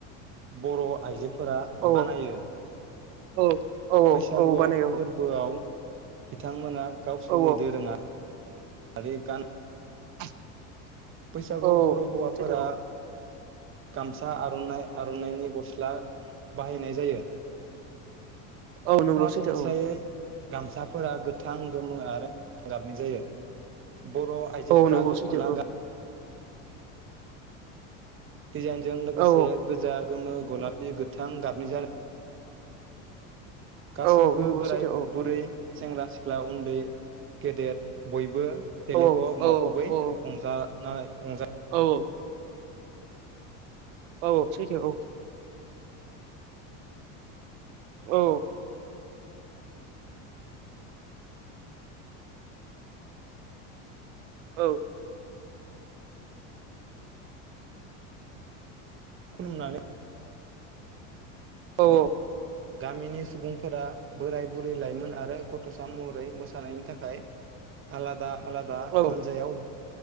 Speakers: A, on the right (about 35°); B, on the right (about 80°).
A: बर' आइजोफोरा
B: औ
A: बानायो
B: औ औ
A: बैसागुआव
B: औ बानायो
A: फोरबोआव बिथांमोना जोंनि
B: औ
A: दोरोङा आरो गा
B: <inaudible>
A: बैसागु
B: औ
A: बर'
B: नंगौ
A: हौवाफोरा
B: सैथो
A: गामसा आर'नाइ आर'नाइनि गस्ला बाहायनाय जायो
B: औ औ नंगौ
A: सरासनस्रायै
B: सैथो
A: गामसाफोरा गोथां गोमो आरो गाबनि जायो बर' आइजोफोरा
B: औ नंगौ
A: दख'ना
B: सैथो औ
A: गान डिजाइनजों लोगोसे
B: औ
A: गोजा गोमो गलाफि गोथां गाबनि जानाय गासैबो
B: औ नंगौ
A: बोराय
B: सैथो औ
A: बुरै सेंग्रा सिख्ला उन्दै गेदेर बयबो देलायफ
B: औ औ
A: माफबै
B: औ
A: रंजानानै रंज
B: औ औ औ सैथो औ औ औ
A: खुलुमनानै
B: औ औ
A: गामिनि सुबुंफोरा बोराय बुरै लाइमोन आरो गथ'सा महरै मोसानायनि थाखाय आलादा आलादा
B: औ
A: हान्जायाव